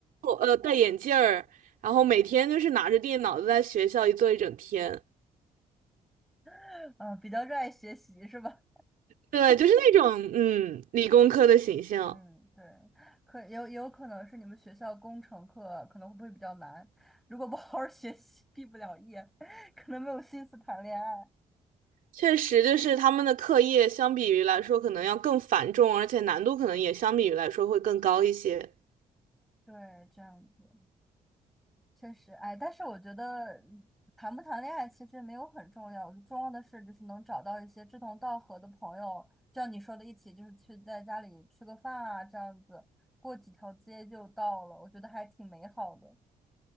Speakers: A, on the right; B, in the centre.
A: 呃戴眼镜儿，然后每天就是拿着电脑在学校一坐一整天。
B: <laughs> 啊，比较热爱学习是吧？
A: 对，就是那种嗯理工科的形象，
B: 嗯，对，可有有可能是你们学校工程课可能会不会比较难？如果不好好学习，毕不了业，<laughs> 可能没有心思谈恋爱。
A: 确实就是他们的课业相比于来说可能要更繁重，而且难度可能也相比于来说会更高一些。
B: 对，这样子。确实，哎，但是我觉得嗯谈不谈恋爱其实没有很重要，我觉得重要的是就是能找到一些志同道合的朋友，就像你说的，一起就是去在家里吃个饭啊，这样子过几条街就到了，我觉得还挺美好的。